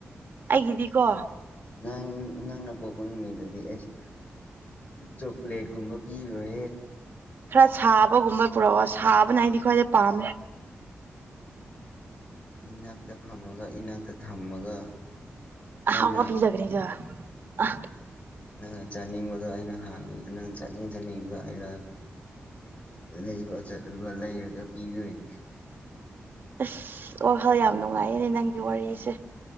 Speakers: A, on the right; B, on the left.
A: ꯑꯩꯒꯤꯗꯤꯀꯣ
B: ꯅꯪ ꯅꯪꯅ ꯄꯣꯛꯄ ꯅꯨꯃꯤꯠꯇꯗꯤ ꯑꯩꯁ ꯆꯣꯀ꯭ꯂꯦꯠꯀꯨꯝꯕ ꯄꯤꯔꯨꯔꯦ
A: ꯈꯔ ꯁꯥꯕꯒꯨꯝꯕ ꯄꯨꯔꯛꯑꯣ ꯁꯥꯕꯅ ꯑꯩꯗꯤ ꯈ꯭ꯋꯥꯏꯗꯩ ꯄꯥꯝꯃꯦ
B: ꯏꯅꯥꯛꯇ ꯐꯝꯃꯒ ꯏꯅꯥꯛꯇ ꯊꯝꯃꯒ
A: ꯑꯍꯥꯎꯕ
B: ꯑꯩꯅ
A: <unintelligible> <unintelligible>
B: ꯅꯪꯅ ꯆꯥꯅꯤꯡꯕꯗꯣ ꯑꯩꯅ ꯍꯥꯡ ꯅꯪ ꯆꯥꯅꯤꯡ ꯆꯥꯅꯤꯡꯕꯗꯣ ꯑꯩꯅ ꯂꯩꯕ ꯆꯠꯂꯒ ꯂꯩꯔꯒ ꯄꯤꯗꯣꯏꯅꯤ
A: ꯑꯁ ꯍꯣꯏ ꯍꯣꯏ ꯌꯥꯝ ꯅꯨꯡꯉꯥꯏꯌꯦꯅꯦ ꯅꯪꯒꯤ ꯋꯥꯔꯤꯁꯦ